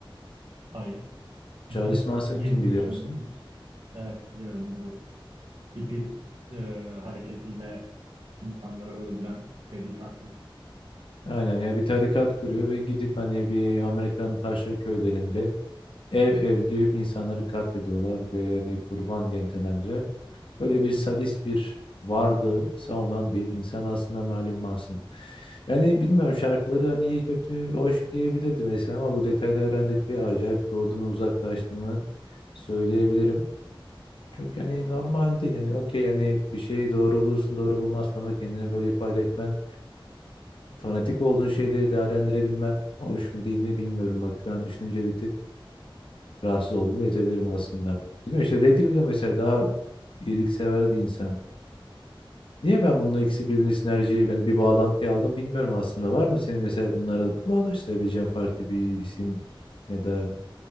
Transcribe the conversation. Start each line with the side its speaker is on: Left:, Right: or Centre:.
Right: Hayır.
Left: Charles
Right: <laughs>
Left: Manson
Right: Niye
Left: kim
Right: bunu
Left: biliyor
Right: düşünmemişim
Left: musun?
Right: hiç? Evet biliyorum bu hippie e, hareketiyle insanları öldüren seri katil.
Left: Aynen ya bir tarikat kuruyor ve gidip hani bir Amerika'nın taşra köylerinde ev ev girip insanları katlediyorlar ve hani kurban dentelendiler. Böyle bir sadist bir varlığı savunan bir insan aslında malum Manson. Yani bilmiyorum şarkıları hani iyi kötü hoş diyebilirdim eskiden ama bu detayları öğrendikçe acayip soğuduğumu uzaklaştığımı söyleyebilirim. Çünkü hani normal değil hani okey hani bir şeyi doğru bulursun doğru bulmazsın ama kendini böyle ifade etmen fanatik olduğun şeyleri değerlendirebilmen hoş mu değil mi bilmiyorum bak şu an düşününce bir tık rahatsız olduğumu yetebilirim aslında. Bilmiyorum işte Lady Gaga mesela daha iyiliksever bir insan. Niye ben bununla ikisi birbirine sinerji yani bir bağlantı aldım bilmiyorum aslında. Var mı senin mesela bunlara bağdaştırabileceğin farklı bir isim ya da